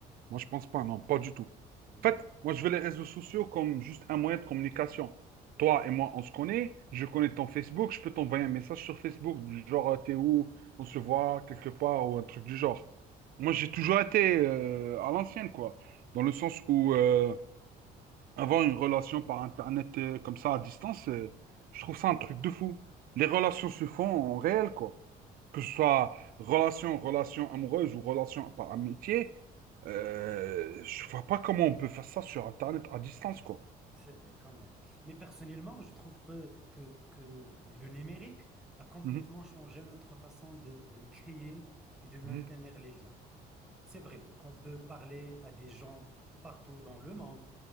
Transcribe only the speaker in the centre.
Oui.
C'est vrai, quand même. Mais personnellement, je trouve que, que, que le numérique a complètement
changé notre façon de, de créer et de maintenir
les liens. C'est vrai qu'on peut parler à des gens partout dans le monde,